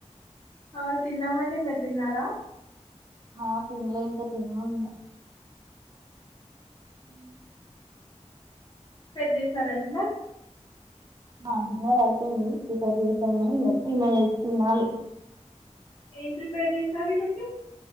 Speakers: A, on the left; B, on the right.
A: ఆ తిన్నామండి మీరు దిన్నారా
B: ఆ తిన్నలే ఇంకా తిన్నల్ల
A: ఉ పేర్ జేసినారు డిన్నర్
B: ఆ డిన్నర్ అయ్పేంది. ప్రిపేర్ జేసినం గానీ ఇంగ తినాల్ తినాలి
A: ఏం ప్రిపేర్ జేస్నారు ఈ రోజు